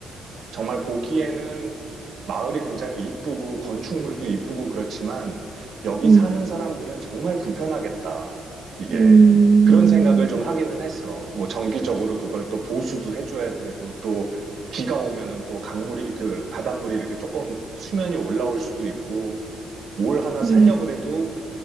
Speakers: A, on the right (about 65°); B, on the right (about 35°).
A: 정말 보기에는 마을이 굉장히 이쁘고, 건축물도 이쁘고 그렇지만, 여기
B: 음,
A: 사는 사람들은 정말 불편하겠다. 이게.
B: 음,
A: 그런 생각을 좀 하기는 했어. 뭐, 정기적으로 그걸 또 보수도 해줘야 되고, 또, 비가 오면은 또 강물이, 그, 바닷물이 이렇게 조금 수면이 올라올 수도 있고, 뭘 하나 살려
B: 음,
A: 그래도